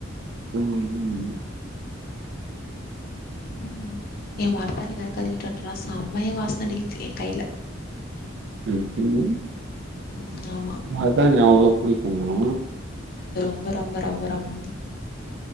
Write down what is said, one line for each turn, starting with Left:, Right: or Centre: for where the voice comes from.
Right: ம் ம்
Left: ம் எ மர்த்தாணி வேற கழுவிட்டு வந்ட்டான செம்மையா வாசன அடிக்குது எ கையில
Right: ம் ம்
Left: ம் ஆமா
Right: மருதாணி அவ்ளோ புடிக்குமா
Left: ரொம்ப ரொம்ப ரொம்ப ரொம்